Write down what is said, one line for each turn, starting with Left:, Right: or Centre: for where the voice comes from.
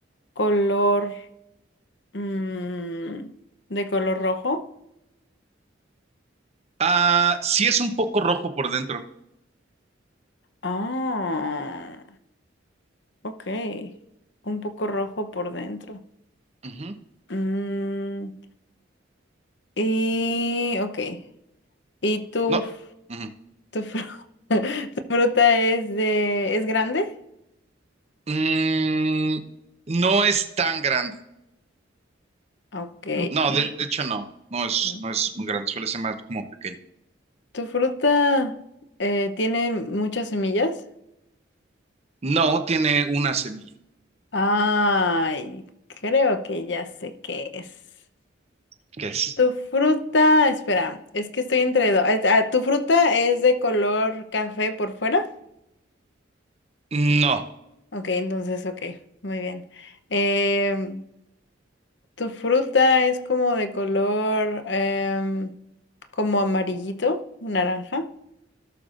Left: color, mm, de color rojo?
Right: Ah, sí es un poco rojo por dentro.
Left: Ah, ok. Un poco rojo por dentro.
Right: Ujú.
Left: Mm, y, ok. ¿Y tu,
Right: No. ujú.
Left: tu, fru- <laughs> tu fruta es de, es grande?
Right: Mm, no es tan grande.
Left: Ok.
Right: No, de, Ok. de hecho no, no es,
Left: Mm.
Right: no es muy grande, suele ser más como pequeño.
Left: ¿Tu fruta eh, tiene muchas semillas?
Right: No, tiene una semilla.
Left: Ay, creo que ya sé qué es.
Right: ¿Qué es?
Left: Tu fruta, espera, es que estoy entre dos. es- ah, ¿Tu fruta es de color café por fuera?
Right: No,
Left: Ok, entonces, ok, muy bien. Em, ¿tu fruta es como de color em, como amarillito, naranja?